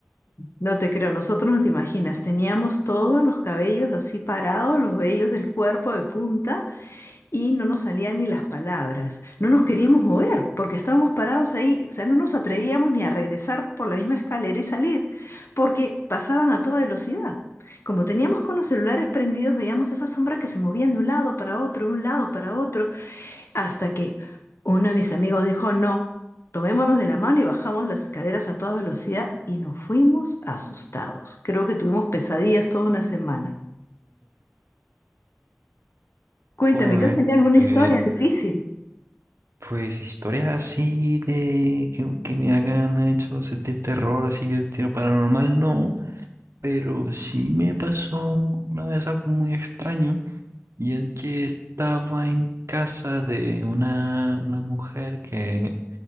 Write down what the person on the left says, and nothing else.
No te creo, nosotros no te imaginas, teníamos todos los cabellos así parados, los vellos del cuerpo de punta y no nos salían ni las palabras. No nos queríamos mover porque estábamos parados ahí, o sea, no nos atrevíamos ni a regresar por la misma escalera y salir porque pasaban a toda velocidad. Como teníamos con los celulares prendidos, veíamos esas sombras que se movían de un lado para otro, de un lado para otro. Hasta que uno de mis amigos dijo, no, tomémonos de la mano y bajamos las escaleras a toda velocidad y nos fuimos asustados. Creo que tuvimos pesadillas toda una semana. Cuéntame,
¿tú has tenido alguna
historia difícil?